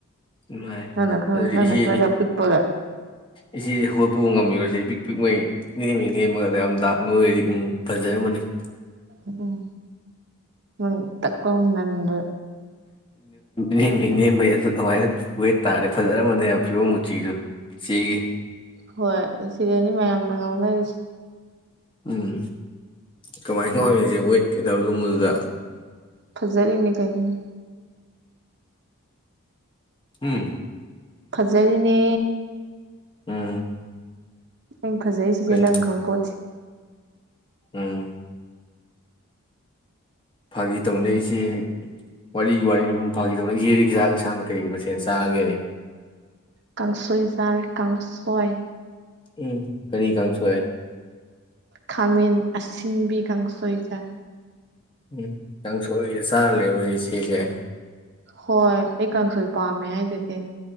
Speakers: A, on the left; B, on the right.
A: ꯏꯃꯥꯏ
B: ꯅꯪꯅ ꯈꯔ
A: ꯑꯗꯨꯗꯤ
B: ꯅꯪꯅ
A: ꯏꯆꯦ
B: ꯈꯔꯒ ꯄꯤꯛꯄꯒ
A: ꯏꯆꯦ ꯍꯧꯒꯠꯄ ꯉꯝꯃꯤꯔꯁꯦ ꯄꯣꯏ ꯅꯃꯤ ꯅꯃꯤꯒꯗ ꯑꯝꯗ ꯅꯣꯏꯔꯤ ꯎꯝ ꯐꯖꯔ ꯑꯃꯅꯤꯅꯤ
B: ꯎꯝ ꯎꯝ ꯇꯛ ꯂꯧ ꯅꯟꯕꯗ
A: ꯅꯦꯝꯃꯤ ꯅꯦꯝꯕꯩ ꯑꯗꯨ ꯑꯗꯨꯃꯥꯏꯅ ꯋꯦꯠ ꯇꯥꯔꯦ ꯐꯖꯔꯃꯅꯦꯕ ꯐꯤꯕꯝ ꯃꯨꯇꯤꯗꯣ ꯏꯆꯦꯒꯤ
B: ꯍꯣꯏ ꯁꯤꯗꯅꯤ ꯃꯌꯥꯝꯅ ꯉꯥꯡꯅꯔꯤꯁꯤ
A: ꯎꯝ ꯀꯃꯥꯏꯅ ꯋꯥꯠꯂꯤꯁꯦ ꯋꯦꯠ ꯀꯩꯗ ꯂꯨꯝꯕꯗꯨꯗ
B: ꯐꯖꯜꯅꯤ ꯀꯩꯅꯣ
A: ꯎꯝ
B: ꯐꯖꯔꯤꯅꯦ
A: ꯎꯝ
B: ꯑꯩ ꯐꯖꯩ ꯁꯤꯗꯤ
A: ꯀꯩ
B: ꯅꯪ ꯈꯪꯕ ꯄꯣꯠꯁꯦ
A: ꯎꯝ ꯐꯥꯒꯤ ꯇꯧꯅꯦ ꯏꯆꯦ ꯋꯥꯔꯤ ꯋꯥ ꯐꯥꯈꯤ ꯇꯧꯅ ꯏꯆꯦꯗꯤ ꯍꯖꯥꯛ ꯌꯦꯁꯥꯡ ꯀꯩꯒꯤ ꯃꯁꯦꯟ ꯆꯥꯉꯒꯦꯅꯦ
B: ꯀꯥꯡꯪꯁꯣꯏꯖꯥꯔ ꯀꯥꯡ ꯀꯥꯡꯁꯣꯏ
A: ꯎꯝ ꯀꯔꯤ ꯀꯥꯡꯁꯣꯏ
B: ꯈꯥꯃꯦꯟ ꯑꯁꯤꯟꯕꯤ ꯀꯥꯡꯁꯣꯏꯖꯥ
A: ꯎꯝ ꯀꯥꯡꯁꯣꯏꯗ ꯆꯥꯔꯂꯦꯕ ꯏꯆꯦꯁꯦ
B: ꯍꯣꯏ ꯑꯩ ꯀꯥꯡꯁꯣꯏ ꯄꯥꯝꯃꯦ ꯍꯥꯏꯗꯨꯗꯤ ꯑꯦ